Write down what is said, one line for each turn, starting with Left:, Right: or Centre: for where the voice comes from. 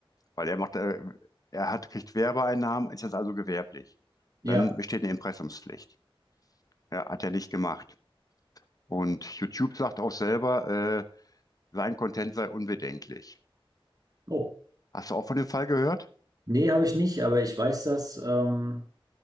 Left: weil er macht, äh, er hat, kriegt Werbeeinnahmen, ist jetzt also gewerblich.
Right: Ja.
Left: Dann besteht eine Impressumspflicht. Ja, hat er nicht gemacht. Und YouTube sagt auch selber, äh, sein Content sei unbedenklich.
Right: Oh.
Left: Hast du auch von dem Fall gehört?
Right: Nee, habe ich nicht, aber ich weiß, dass ähm,